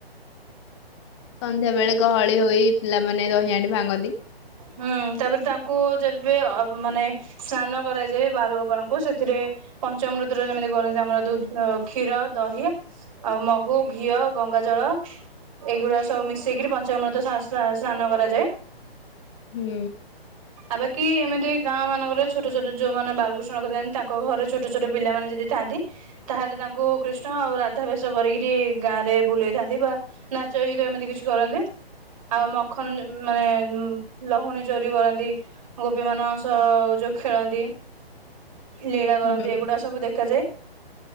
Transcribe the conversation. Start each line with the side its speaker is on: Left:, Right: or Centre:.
Left: ସନ୍ଧ୍ୟା ବେଳେ ଗହଳି ହୋଇ ପିଲାମାନେ ଦହି ହାଣ୍ଡି ଭାଙ୍ଗନ୍ତି।
Right: ହୁଁ ତାପରେ ତାଙ୍କୁ ଯେବେ ଅ ମାନେ ସ୍ନାନ କରାଯାଏ ବାଲ୍ ଗୋପାଳଙ୍କୁ ସେଥିରେ। ପଞ୍ଚାମୃତରେ ଯେମିତି କରନ୍ତି ଆମର ଦୁଧ୍- କ୍ଷୀର ଦହି। ଆଉ ମହୁ, ଘିଅ, ଗଙ୍ଗା ଜଳ। ଏଇଗୁଡା ସବୁ ମିଶେଇକିରି ପଞ୍ଚାମୃତ ସା-ସା-ସ୍ନାନ କରାଯାଏ।
Left: ହୁଁ।
Right: ଆ ବାକି ଏମିତି ଗାଁ ମାନଙ୍କରେ ଛୋଟ ଛୋଟ ଯୋଉମାନେ ବାଲକୃଷ୍ଣ ରଖିଥାନ୍ତି ତାଙ୍କ ଘରେ ଛୋଟ ଛୋଟ ପିଲାମାନେ ଯଦି। ଥାନ୍ତି ତାହେଲେ ତାଙ୍କୁ କୃଷ୍ଣ ଆଉ ରାଧା ବେଶ କରିକିରି ଗାଁ ରେ ବୁଲେଇଥାନ୍ତି ବା ନାଚ, ଗୀତ ଏମିତି କିଛି କରନ୍ତି, ଆଉ ମଖନ ମାନେ ଉଁ। ଲହୁଣୀ ଚୋରି କରନ୍ତି, ଗୋପୀ ମାନଙ୍କ ସହ ଯୋଉ ଖେଳନ୍ତି। ଲୀଳା କରନ୍ତି
Left: ହୁଁ
Right: ଏଗୁଡା ସବୁ ଦେଖାଯାଏ।